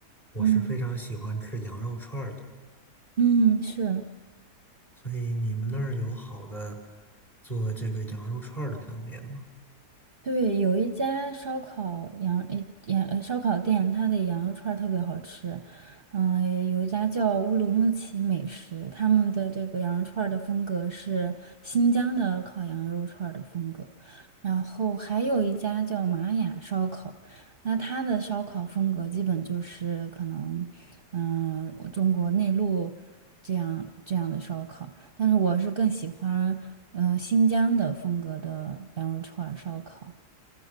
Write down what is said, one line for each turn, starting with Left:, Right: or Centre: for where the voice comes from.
Left: 我是非常喜欢吃羊肉串儿的。
Right: 嗯嗯，是。
Left: 所以你们那儿有好的做这个羊肉串儿的饭店吗？
Right: 对，有一家烧烤羊诶羊呃烧烤店，它的羊肉串儿特别好吃。嗯、有一家叫乌鲁木齐美食，他们的这个羊肉串儿的风格是新疆的烤羊肉串儿的风格。然后还有一家叫玛雅烧烤，那它的烧烤风格基本就是可能，嗯、我中国内陆这样这样的烧烤。但是我是更喜欢嗯，新疆的风格的羊肉串儿烧烤。